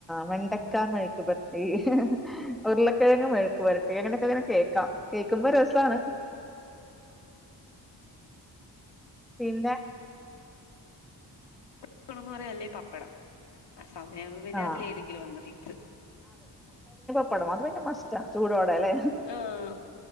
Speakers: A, in the centre; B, on the left.
A: വെണ്ടക്ക മെഴുക് ക് പത്തി ഉരുളക്കിഴങ്ങ് മെഴുക് മെഴുക്കുപുരട്ടി അങ്ങനൊക്കെങ്ങനെ കേ ക്കാം കേക്കുമ്പോ രസാണ് പിന്നെ
B: <unintelligible> പറയാ അല്ലെ പപ്പടം സമയം പിന്നെ
A: ആഹ്
B: അതിലേതെങ്കിലൊന്ന് ഫിക്സ്
A: പ്പടം അത്ന്നെ മസ്റ്റ ചൂടൊ ടല്ലെ
B: ആഹ്